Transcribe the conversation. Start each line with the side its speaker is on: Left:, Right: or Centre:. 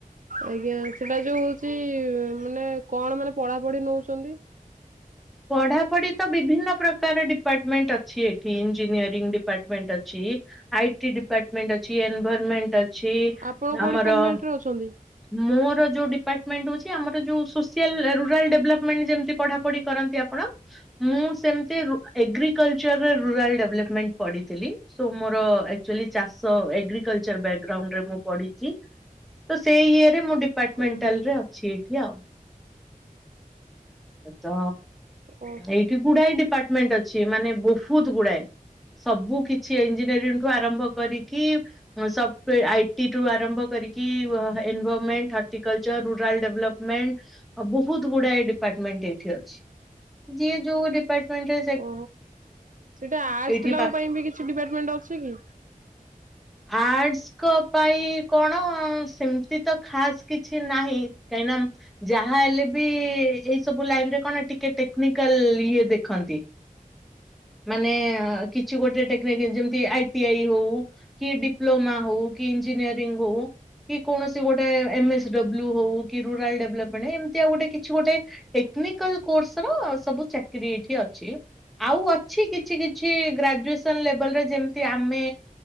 Right: ଆଜ୍ଞା ସେଟା ଯୋଉ ହଉଚି ମାନେ କଣ ମାନେ ପଢା ପଢି ନଉଚନ୍ତି?
Centre: ପଢ଼ାପଢି ତ ବିଭିନ୍ନ ପ୍ରକାର ଡିପାର୍ଟମେଣ୍ଟ ଅଛି ଏଠି ଇଞ୍ଜିନିୟରିଂ ଡିପାର୍ଟମେଣ୍ଟ ଅଛି। ଆଇଟି ଡିପାର୍ଟମେଣ୍ଟ ଅଛି। ଏନଭରମେଣ୍ଟ ଅଛି।
Right: ଆପଣ କୋଉ
Centre: ଆମର
Right: ଡିପାର୍ଟମେଣ୍ଟରେ ଅଛନ୍ତି?
Centre: ମୋର ଯୋଉ ଡିପାର୍ଟମେଣ୍ଟ ହଉଚି ଆମର ଯୋଉ ସୋସିଆଲ୍ ରୁରାଲ୍ ଡେଭଲପମେଣ୍ଟ ଯେମିତି ପଢାପଢି କରନ୍ତି ଆପଣ ମୁଁ ସେମତି ରୁ ଏଗ୍ରିକଲଚର ରୁରାଲ୍ ଡେଭଲପମେଣ୍ଟ ପଢିଥିଲି। ସୋ ମୋର ଆକଚୁଆଲି ଚାଷ ଏଗ୍ରିକଲ୍ଚର ବ୍ୟାଗ୍ରାଉଣ୍ଡରେ ମୁଁ ପଢିଚି। ତ ସେଇ ଇଏରେ ମୁଁ ଡିପାର୍ଟମେଣ୍ଟାଲ
Right: ଆଜ୍ଞା
Centre: ରେ ଅଛି ଏଇଠି ଆଉ। ତ
Right: ଓ
Centre: ଏଇଠି ଗୁଡାଏ ଡିପାର୍ଟମେଣ୍ଟ ଅଛି ମାନେ ବହୁତ୍ ଗୁଡାଏ। ସବୁ କିଛି ଇଞ୍ଜିନିୟରିଂ ଠୁ ଆରମ୍ଭ କରିକି ସଫ୍ଟ ଆଇଟି ରୁ ଆରମ୍ଭ କରିକି ଏନଭରମେଣ୍ଟ ହର୍ଟିକଲଚର ରୁରାଲ୍ ଡେଭଲପ ମେଣ୍ଟ ବହୁତ ଗୁଡା ଡିପାର୍ଟମେଣ୍ଟ ଏଇଠି ଅଛି। ଯିଏ ଯୋଉ ଡି ଡିପାର୍ଟମେଣ୍ଟ ରେ
Right: ଓ ସେଟା ଆର୍ଟସ
Centre: ଏଇଠି
Right: ପିଲାଙ୍କ
Centre: ପା
Right: ପାଇଁ ବି କିଛି ଡିପାର୍ଟମେଣ୍ଟ ଅଛି କି?
Centre: ଆର୍ଟସ୍ ଙ୍କ ପାଇଁ କଣ ସେମିତି ତ ଖାସ୍ କିଛି ନାହିଁ। କାହିଁକି ନା ଯାହା ହେଲେ ବି ଏଇ ସବୁ ଲାଇନରେ କଣ ଟିକେ ଟେକ୍ନିକାଲ ଇଏ ଦେଖ୍ ଖନ୍ତି। ମାନେ କିଛି ଗୋଟେ ଟେକ୍ନନିକ୍ ଯେମିତି ଆଇଟି ଆଇ ହଉ କି ଡିପ୍ଲୋମା ହଉ କି ଇଞ୍ଜିନିୟରିଙ୍ଗ ହଉ କି କୌଣସି ଗୋଟେ ଏମ ଏସ୍ ଡବ୍ଲୁ ହଉ କି ରୁରାଲ ଡେଲପମେଣ୍ଟ ଏମତି ଆଉ ଗୋଟେ କିଛି ଗୋଟେ ଟେ ଟେକ୍ନିକାଲ କୋ କୋର୍ସ ର ସବୁ ଚାକିରି ଏଠି ଅଛି। ଆଉ ଅଛି କିଛି କିଛି ଗ୍ରାଜୁଏସନ୍ ଲେବଲର ଯେମତି ଆପ୍ ଆମେ